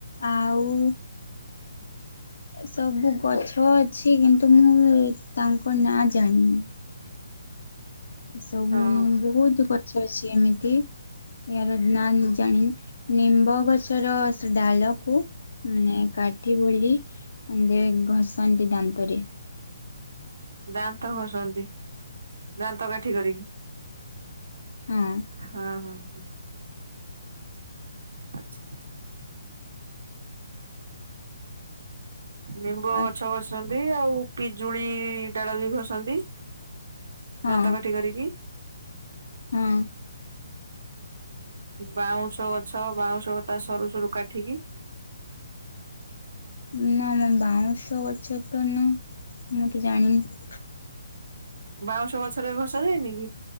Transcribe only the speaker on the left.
ଆଉ ସବୁ ଗଛ ଅଛି କିନ୍ତୁ ମୁଁ ତାଙ୍କ ନାଁ ଜାଣିନି। ଏସବୁ
ଉଁ ବୋହୁତୁ ଗଛ ଅଛି ଏମିତି। ଏୟାର ନା ମୁଁ ଜାଣିନି ନିମ୍ବ ଗଛର ସ ଡାଲକୁ ମିନେ କାଠି ବୋଲି ଉଁ ଦେ ଘଷନ୍ତି ଦାନ୍ତରେ।
ହୁଁ।
ଅ
ହଁ
ହୁଁ।
ନା ନା ବାଉଁଶ ଗଛ ତ ନା ମୁଁ ତ ଜାଣନି।